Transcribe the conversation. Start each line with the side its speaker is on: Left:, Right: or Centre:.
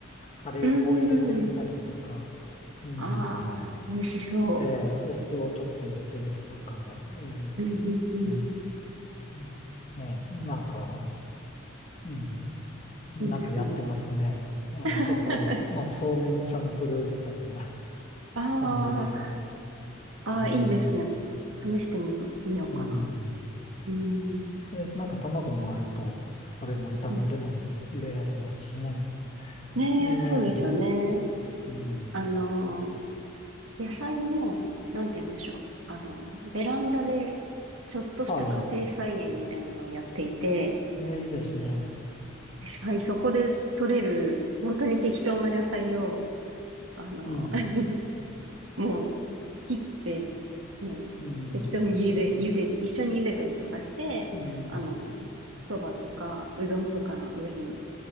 Left: カレー粉を入れてみたりとか、
Right: うーん。
Left: うん、
Right: ああ、美味しそ
Left: ええ、お酢をちょっと入れてみるとか、ええ、
Right: う。うん、うん、うん。
Left: うん、ええ、なんか、うん、なんかやってますね。
Right: そうですね。
Left: あの、
Right: <laughs>
Left: ちょっとあの、すまあ、そうめんチャンプルーみたいな
Right: あ
Left: <laughs> 感じで、
Right: ーあー、
Left: うん、
Right: いいですね。試してみ、みようかな。
Left: うん。
Right: うん。
Left: で、なんか卵もあると、それも炒めるのに入れられますしね。
Right: うん。ねえ、
Left: ええ、
Right: そうですよね。
Left: うん。
Right: あのー、野菜も、なんて言うんでしょう。あのー、ベランダで、ちょっとした家庭菜園みたいなのをやっていて、
Left: はい。えいいですね。
Right: はい、そこで取れる、本当に適当な野菜を、あのー、
Left: うん、
Right: <laughs> もう、切って、もう、
Left: うん、
Right: 適当に茹で、茹でる。一緒に茹でたりとかして、
Left: うん。
Right: あの、そばとか、うどんとかの上に